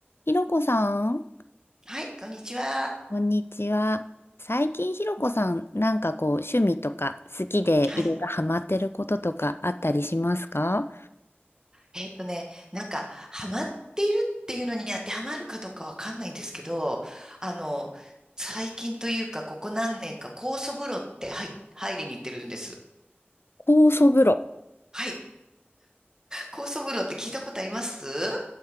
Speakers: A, on the left; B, on the right.
A: ひろこさん、
B: はい、こんにちは。
A: こんにちは。最近ひろこさん、なんかこう、趣味とか好きでいろいろハマってることとかあったりしますか
B: はい。えっとね、なんか、ハマっているっていうのに当てはまるかどうかわかんないんですけど、あの、最近というか、ここ何年か、酵素風呂って入、入りに行ってるんです。
A: 酵素風呂。
B: はい。酵素風呂って聞いたことあります